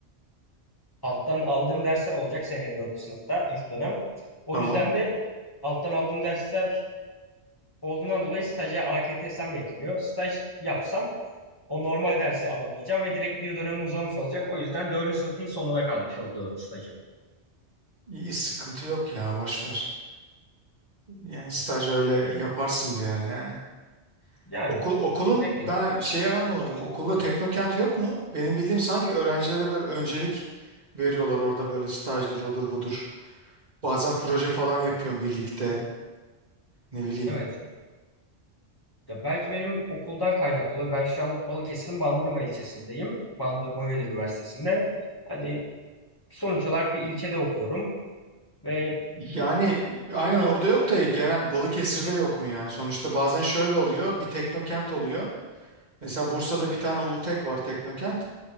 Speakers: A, on the left; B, on the right.
A: alttan aldığım dersler olacak seneye dördüncü sınıfta ilk dönem. O
B: Tamam.
A: yüzden de alttan aldığım dersler olduğundan dolayı staja AKTS'm yetmiyor. Staj yapsam o normal dersi alamayacağım ve direkt bir dönem uzamış olacak. O yüzden dördüncü sınıfın sonuna kalmış oldu stajım.
B: İyi sıkıntı yok ya boş ver. Yani staj öyle
A: Evet.
B: yaparsın bir ara yani.
A: Yani
B: Okul, okulun
A: cidden
B: ben şeyi anlamadım. Okulda Teknokent yok mu? Benim bildiğim sanki öğrencilere böyle öncelik veriyorlar orada böyle stajdır odur budur. Bazen proje falan yapıyorum birlikte ne bileyim.
A: evet. Ya belki benim okuldan kaynaklı oluyor. Ben şu an Balıkesir'in Bandırma ilçesindeyim. Bandırma Vedat Üniversitesi'nde. Hani sonuç olarak bir ilçede okuyorum. Ve
B: Yani aynen orada yok da genel Balıkesir'de
A: hı hı,
B: yok mu yani? Sonuçta bazen şöyle oluyor bir Teknokent oluyor. Mesela Bursa'da bir tane Ulutek var Teknokent.